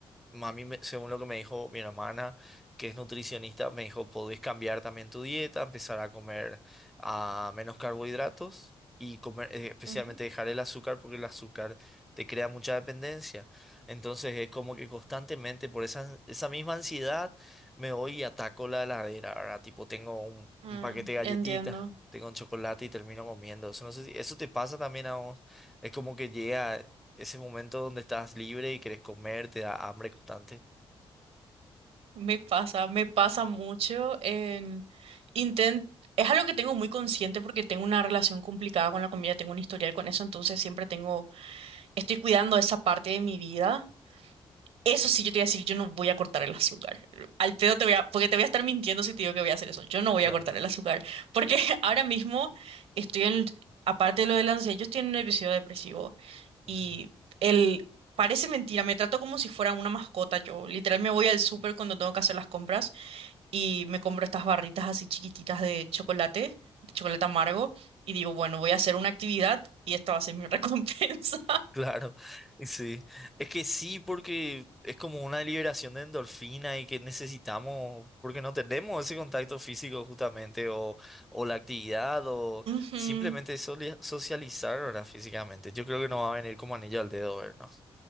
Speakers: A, in the centre; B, on the right.
A: a mí me- según lo que me dijo mi hermana, que es nutricionista, me dijo, podés cambiar también tu dieta, empezar a comer ah, menos carbohidratos y comer, eh, especialmente
B: Ujú.
A: dejar el azúcar porque el azúcar te crea mucha dependencia. Entonces es como que constantemente por esa, esa misma ansiedad me voy y ataco la heladera, ¿verdad? Tipo, tengo un,
B: Mm,
A: un paquete de galletitas,
B: entiendo.
A: tengo un chocolate y termino comiendo. Eso no sé si, ¿eso te pasa también a vos? Es como que llega ese momento donde estás libre y querés comer, te da hambre constante.
B: Me pasa, me pasa mucho en intent es algo que tengo muy consciente porque tengo una relación complicada con la comida, tengo un historial con eso, entonces siempre tengo, estoy cuidando esa parte de mi vida. Eso sí, yo te voy a decir, yo no voy a cortar el azúcar. Al pedo te voy a, porque te voy a estar mintiendo si te digo que voy a hacer eso. Yo no voy
A: Claro.
B: a cortar el azúcar, porque <laughs> ahora mismo estoy en, aparte de lo de la ansiedad, yo estoy en un episodio depresivo
A: Ujú.
B: y el, parece mentira, me trato como si fuera una mascota. Yo literal me voy al súper cuando tengo que hacer las compras y me compro estas barritas así chiquititas de chocolate, de chocolate amargo, y digo, bueno, voy a hacer una actividad y esta va a ser mi <laughs> recompensa.
A: Claro, <laughs> sí. Es que sí, porque es como una liberación de endorfina y que necesitamos, porque no tenemos ese contacto físico justamente, o, o la actividad, o
B: Ujú.
A: simplemente soli- socializar ahora físicamente. Yo creo que nos va a venir como anillo al dedo vernos.